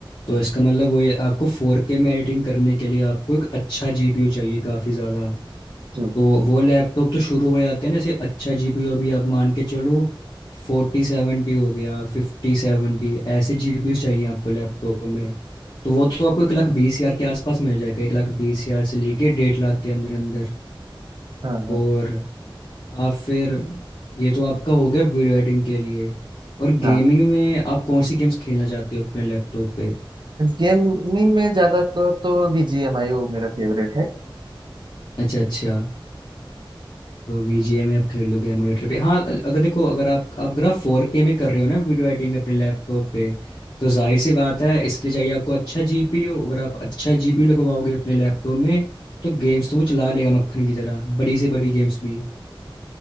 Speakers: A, on the left (about 60°); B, on the right (about 55°).
A: तो इसका मतलब वो ये आपको फोर के में एडिटिंग करने के लिए आपको एक अच्छा जीपीयू चाहिए काफ़ी ज़्यादा
B: जी
A: तो वो लैपटॉप तो शुरू हो जाते हैं ना जैसे अच्छा जीपीयू अभी आप मान के चलो फोर्टी सेवेंटी हो गया फिफ्टी सेवेंटी ऐसे जीपीयू चाहिए आपको लैपटॉप में तो वो तो आपको एक लाख बीस हजार के आसपास मिल जाएगा एक लाख बीस हजार से लेके डेढ़ लाख के अंदर अंदर
B: हाँ हाँ
A: और आप फिर ये तो आपका हो गया वीडियो एडिटिंग के लिए और
B: हाँ
A: गेमिंग में आप कौन सी गेम्स खेलना चाहते हो अपने लैपटॉप पे
B: गेमिंग में ज्यादातर तो बीजीएमआई वो मेरा फेवरेट है
A: अच्छा अच्छा तो VGA में आप खेल लोगे एमुलेटर पे हाँ अगर देखो अगर आप आप अगर आप 4K में कर रहे हो ना वीडियो एडिटिंग अपने लैपटॉप पे तो जाहिर सी बात है इसके लिए चाहिए आपको अच्छा जीपीयू अगर आप अच्छा जीपीयू लगवाओगे अपने लैपटॉप में तो गेम्स तो वो चला लेगा मक्खन की तरह बड़ी से बड़ी गेम्स भी